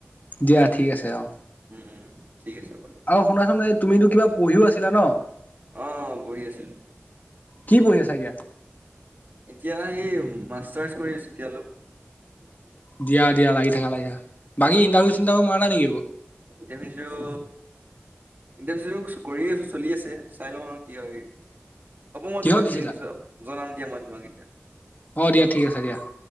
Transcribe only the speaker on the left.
দিয়া ঠিক আছে অ',
আৰু শুনাচোন এই তুমিতো কিবা পঢ়িও আছিলা ন ।
কি পঢ়ি আছা এতিয়া?
দিয়া দিয়া লাগি থাকা লাগি থাকা বাকী
ইণ্টাৰভিউ চিন্তাৰভিউ মাৰা নাই নেকি একো?
কিহত
দিছিলা
অ', দিয়া ঠিক আছে দিয়া ।